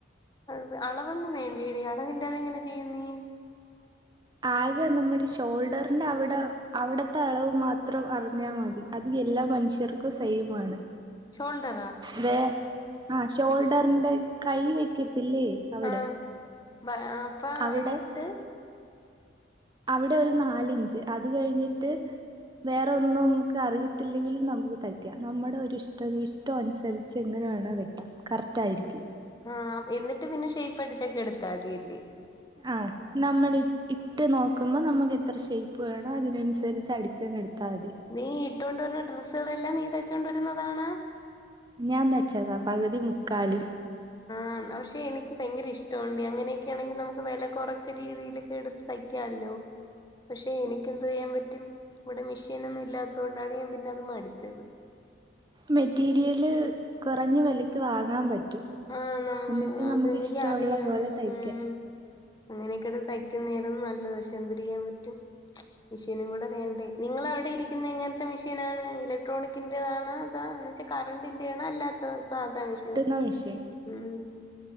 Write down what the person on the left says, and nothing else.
അത് അളവൊന്നും വേണ്ട ഡി അളവില്ലാതെ എങ്ങനെ ചെയ്യും നീ.
ഷോൽഡറാ?
ആഹ് ബ അപ്പം
എന്നിട്ട്
ആഹ് എന്നിട്ട് പിന്നെ ഷേപ്പ് അടിച്ച് ഒക്കെ എടുത്താ മതിയല്ല്യേ.
നീ ഇട്ടോണ്ട് വരുന്ന ഡ്രസ്സുകൾ എല്ലാം നീ തയ്ച്ചുകൊണ്ടു വരുന്നതാണാ?
ആ പക്ഷെ എനിക്ക് ഭയങ്കര ഇഷ്ടണഡീ അങ്ങനെയൊക്കെ ആണെങ്കിൽ നമുക്ക് വെല കൊറച്ച രീതിയിലൊക്കെ എടുത്ത് തയ്ക്കാല്ലോ? പക്ഷെ എനിക്ക് എന്തോയ്യാൻ പറ്റും ഇവിടെ മെഷീൻ ഒന്നും ഇല്ലാത്തോണ്ടാണ് ഞാൻ പിന്നെ അത് മടിച്ചത്.
ആഹ് നമ്മ
അത്
എനിക്കറിയാം
ആങ്ന്ന്
ഉം അങ്ങനെയൊക്കെ എടുത്ത് തയ്ക്കുന്ന ആരുന്നു നല്ലത് പക്ഷെ എന്തര് ചെയ്യാൻ പറ്റും. മിഷീനും കൂടെ വേണ്ടേ നിങ്ങള അവിടെ ഇരിക്കുന്ന എങ്ങനത്തെ മെഷീൻ ആണ് ഇലക്ട്രോണിക്കിൻ്റെതാണോ അതാ എന്ന് വച്ച കറണ്ടിന്റെ ആണോ അല്ലാത്ത സാധാ മെഷീനോ?
ഉം